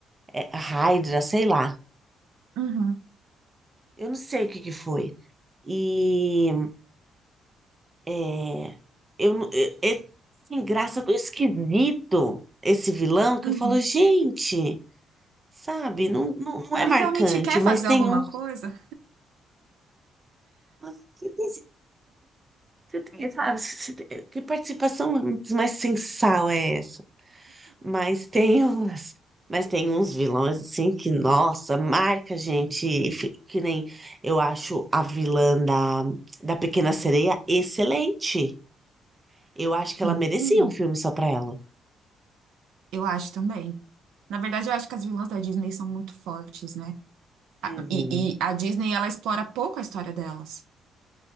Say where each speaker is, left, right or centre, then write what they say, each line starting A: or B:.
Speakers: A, on the right; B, on the right.
A: é, a Hydra, sei lá.
B: Uhum,
A: Eu não sei o que que foi. E É, eu, não- é, é sem graça, tão esquisito esse vilão que
B: uhum.
A: eu falo, gente, sabe, não, não, não
B: Ele
A: é marcante,
B: realmente quer
A: mas
B: fazer
A: tem
B: alguma
A: um.
B: coisa?
A: Você tem, certeza? Você tem, sabe, você tem- que participação mais sensal é essa? Mas tem umas, mas tem uns vilões assim que, nossa, marca, gente, e fi- que nem eu acho a vilã da, da Pequena Sereia excelente. Eu acho que
B: Sim,
A: ela merecia
B: Hum,
A: um filme só pra ela.
B: eu acho também. Na verdade, eu acho que as vilãs da Disney são muito fortes, né? A-
A: Uhum.
B: E, e a Disney, ela explora pouco a história delas.